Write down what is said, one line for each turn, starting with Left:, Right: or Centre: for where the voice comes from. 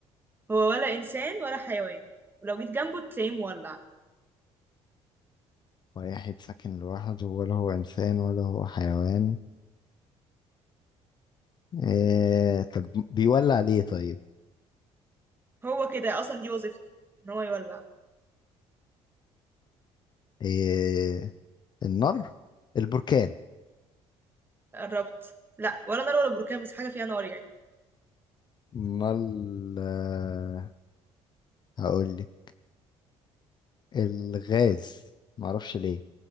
Right: هو ولا انسان ولا حيوان ولو جيت جنبه تلاقيه مولع
Left: واحد ساكن لوحده ولا هو انسان ولا هو حيوان ايه طب بيولع ليه طيب
Right: هو كده اصلا دي وظيفته ان هو يولع
Left: ايه النار البركان
Right: قربت لا ولا نار ولا بركان بس حاجة فيها نار يعني
Left: امال آه، هقول لك الغاز معرفش ليه